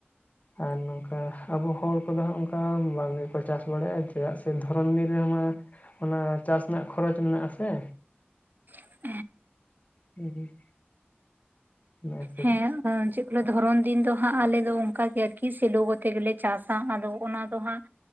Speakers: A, on the right; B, on the left.
A: ᱻ
B: ᱟᱨ ᱱᱚᱝᱠᱟ ᱟᱵᱚ ᱦᱚᱲ ᱠᱚᱫᱚ ᱦᱟᱸᱜ ᱚᱱᱠᱟ ᱵᱟᱝ ᱜᱮᱠᱚ ᱪᱟᱥ ᱵᱟᱲᱟᱭᱼᱟ, ᱪᱮᱫᱟᱜ ᱥᱮ ᱫᱷᱚᱨᱚᱱ ᱫᱤᱱ ᱨᱮᱦᱚᱸᱢᱟ ᱚᱱᱟ ᱪᱟᱥ ᱨᱮᱱᱟᱜ ᱠᱷᱚᱨᱚᱪ ᱢᱮᱱᱟᱜᱼᱟ ᱥᱮ
A: <inaudible>
B: ᱦᱩᱸ ᱦᱩᱸ <unintelligible>
A: ᱦᱮᱸ ᱪᱮᱫ ᱠᱚ ᱫᱷᱚᱨᱚᱱ ᱫᱤᱱ ᱫᱚ ᱦᱟᱜ ᱟᱞᱮ ᱫᱚ ᱚᱱᱠᱟ ᱜᱮ ᱟᱨ ᱠᱤ ᱥᱮᱞᱳ ᱠᱟᱛᱮ ᱜᱮᱞᱮ ᱪᱟᱥᱼᱟ᱾ ᱟᱫᱚ ᱚᱱᱟ ᱫᱚ ᱦᱟᱸᱜ